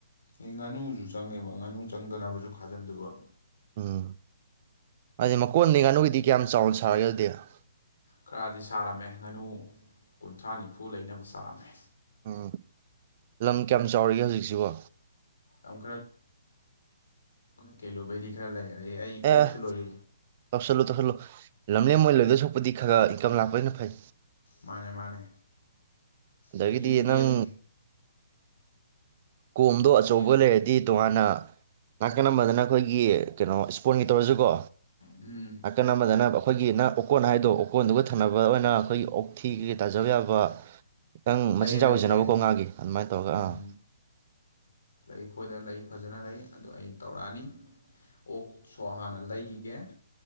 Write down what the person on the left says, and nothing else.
ꯑꯩ ꯉꯥꯅꯨꯁꯨ ꯆꯪꯉꯦꯕ ꯉꯥꯅꯨ ꯆꯪꯗꯅꯕꯁꯨ ꯈꯥꯖꯤꯟꯗꯕ
ꯈꯔꯗꯤ ꯁꯥꯔꯝꯃꯦ ꯉꯥꯅꯨ ꯀꯨꯟꯊ꯭ꯔꯥ ꯅꯤꯐꯨ ꯂꯩꯅꯕ ꯁꯥꯔꯝꯃꯦ
ꯑꯗꯨꯝ ꯀꯦꯂꯣꯕꯗꯤ ꯈꯔ ꯂꯩ ꯑꯗ ꯑꯩ
ꯑꯣꯛꯁꯨ ꯂꯣꯏꯢ <unintelligible>
ꯃꯥꯅꯦ ꯃꯥꯅꯦ
ꯑꯩꯒꯤ
ꯌꯦꯟ
ꯌꯦꯟ
ꯎꯝ
ꯂꯩ ꯂꯩ
ꯂꯩ
ꯎꯝ
ꯂꯩ ꯈꯣꯏꯗ ꯂꯩ ꯐꯖꯅ ꯂꯩ ꯑꯗꯨ ꯑꯩ ꯇꯧꯔꯛꯑꯅꯤ ꯑꯣꯛ ꯁꯣ ꯍꯥꯟꯅ ꯂꯩꯈꯤꯒꯦ